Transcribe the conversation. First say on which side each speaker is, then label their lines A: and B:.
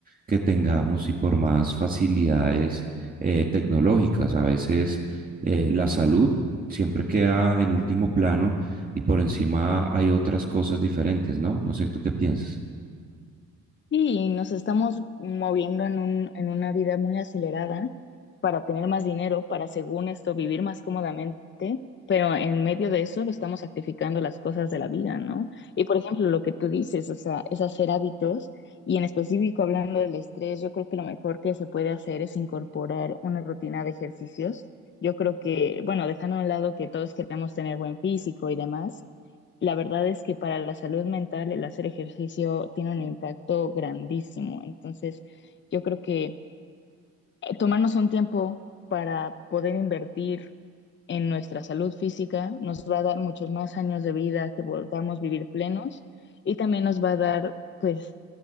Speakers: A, on the right; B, on the left.
A: que tengamos y por más facilidades eh, tecnológicas. A veces eh, la salud siempre queda en último plano y por encima hay otras cosas diferentes, ¿no? No sé, ¿tú qué piensas?
B: Sí, Y nos estamos moviendo en un, en una vida muy acelerada para tener más dinero, para según esto vivir más cómodamente, pero en medio de eso estamos sacrificando las cosas de la vida, ¿no? Y por ejemplo, lo que tú dices, o sea, es hacer hábitos y en específico hablando del estrés, yo creo que lo mejor que se puede hacer es incorporar una rutina de ejercicios. Yo creo que, bueno, dejando a un lado que todos queremos tener buen físico y demás la verdad es que para la salud mental el hacer ejercicio tiene un impacto grandísimo. Entonces, yo creo que eh, tomarnos un tiempo para poder invertir en nuestra salud física nos va a dar muchos más años de vida que podamos vivir plenos y también nos va a dar pues